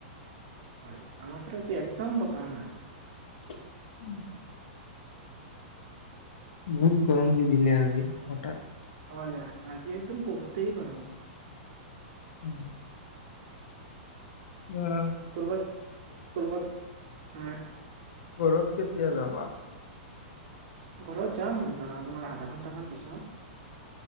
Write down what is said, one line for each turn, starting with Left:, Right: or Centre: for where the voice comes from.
Right: হয়, আমাৰ ফালেটো একদম, বতাহ নাই।
Left: <inaudible> বহুত গৰম, দি দিলে আজি হঠাৎ।
Right: হয়, আজি একদম বহুতেই গৰম।
Left: <inaudible> <unintelligible>
Right: কৰ'বাত কৰ'বাত আহ,
Left: ঘৰত কেতিয়া যাবা?
Right: ঘৰত যাম, ধৰা তোমাৰ আধা ঘন্টামান পিছত।